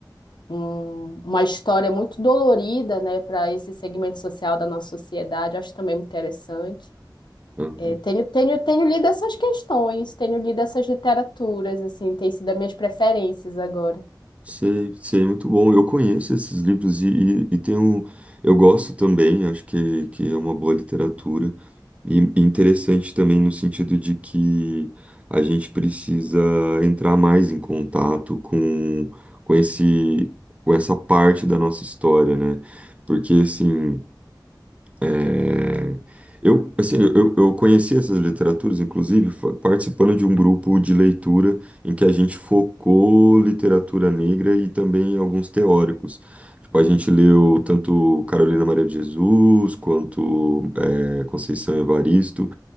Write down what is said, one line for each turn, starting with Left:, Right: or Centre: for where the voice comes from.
Left: um- uma história muito dolorida, né, para esse segmento social da nossa sociedade. Acho também muito interessante.
Right: aham.
Left: É, tenho, tenho, tenho lido essas questões, tenho lido essas literaturas, assim, tem sido as minhas preferências agora.
Right: Sei, sei, muito bom. Eu conheço esses livros e, e, e tenho, eu gosto também, acho que, que é uma boa literatura. E e interessante também no sentido de que a gente precisa entrar mais em contato com, com esse, com essa parte da nossa história, né? Porque, assim, É, eu, assim, eu, eu conheci essas literaturas, inclusive, fa- participando de um grupo de leitura em que a gente focou literatura negra e também alguns teóricos. Tipo, a gente leu tanto Carolina Maria de Jesus quanto é, Conceição Evaristo,